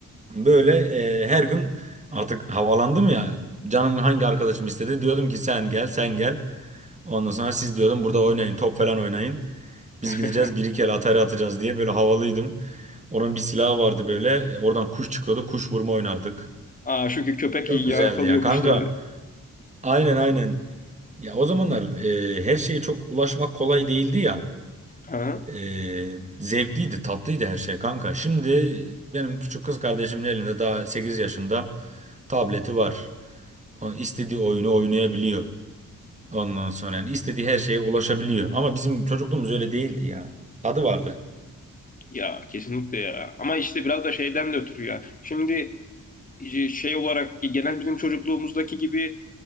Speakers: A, on the right; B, on the left.
A: Böyle e, her gün artık havalandım ya. Canım hangi arkadaşım istedi diyordum ki sen gel sen gel. Ondan sonra siz diyordum burada oynayın top falan oynayın. Biz
B: <laughs>
A: gideceğiz bir iki el Atari atacağız diye böyle havalıydım. Onun bir silahı vardı böyle. E, Oradan kuş çıkıyordu. Kuş vurma oynardık.
B: Aa, çünkü köpek
A: Çok
B: yakalıyor
A: güzeldi ya kanka.
B: kuşları.
A: Aynen aynen. Ya o zamanlar e, her şeye çok ulaşmak kolay değildi ya.
B: Aha.
A: E, zevkliydi, tatlıydı her şey kanka. Şimdi benim küçük kız kardeşimin elinde daha 8 yaşında tableti var. O istediği oyunu oynayabiliyor. Ondan sonra yani istediği her şeye ulaşabiliyor. Ama bizim çocukluğumuz öyle değildi ya. Tadı vardı.
B: Ya kesinlikle ya. Ama işte biraz da şeyden de ötürü ya. Şimdi e, şey olarak e, genel bizim çocukluğumuzdaki gibi